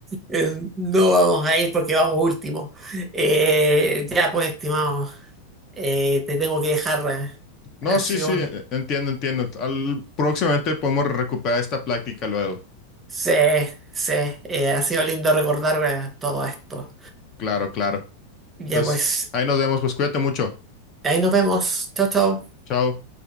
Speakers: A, on the right (about 20°); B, on the left (about 35°).
A: Eh, No vamos a ir porque vamos último. Eh, ya pues, estimado, eh, te tengo que dejar. eh,
B: No,
A: Ha
B: sí,
A: sido
B: sí,
A: un-
B: e- entiendo, entiendo. Al- próximamente podemos recuperar esta plática luego.
A: Sí, sí, eh, ha sido lindo recordar eh, todo esto.
B: Claro, claro.
A: Ya
B: Entonces,
A: pues,
B: ahí nos vemos, pues cuídate mucho.
A: ahí nos vemos. Chao, chao.
B: Chao.